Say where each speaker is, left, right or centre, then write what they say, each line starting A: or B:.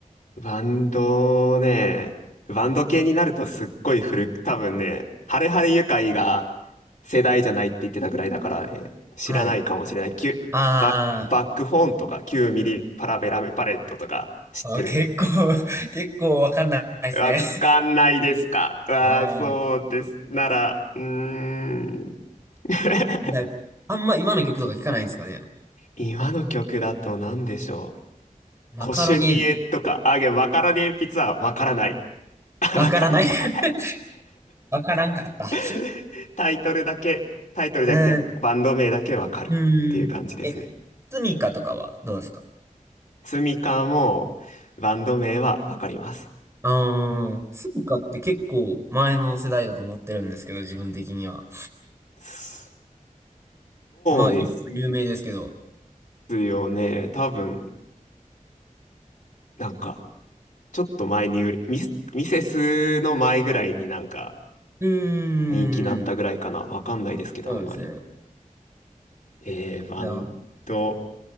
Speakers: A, on the left (about 60°); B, on the right (about 20°).
A: バンドね、バンド系になるとすっごい古く、多分ね、ハレハレユカイが世代じゃないって言ってたぐらいだからね、知らないかもしれない。
B: はい。
A: キュ、
B: あ
A: バッ、バックホーンとか9ミリパラベラムパレットとか知ってる
B: ー、あ結構 <laughs> 結構わかんないですね
A: わかんないですかああ、
B: <laughs> はい。
A: そうです。なら、うーん。<laughs>
B: じゃあ、あんま今の曲とか聞かないんですかね
A: 今の曲だと何でしょう。
B: マカロニエビ
A: コシュニエとか、あげ、マカロニえんぴつはわからない。<laughs>
B: わからない
A: わかんない
B: <laughs> わからんかった
A: <laughs> タイトルだけ、タイトルじゃなくてバンド名だけわかるっていう感じですね。
B: えー、うーん。え、スミカとかはどうですか
A: スミカもバンド名はわかります。
B: ああ、スミカって結構前の世代だと思ってるんですけど、自分的には。
A: そ
B: まあ、
A: そうです
B: 今も有名ですけど。
A: よね。多分、なんか、ちょっと前に売れ、ミス、ミセスの前ぐらいになんか
B: うーん、
A: 人気になったぐらいかな。わかんないですけど、
B: そうですね。
A: あんまり。えー、バンド、
B: いや、あ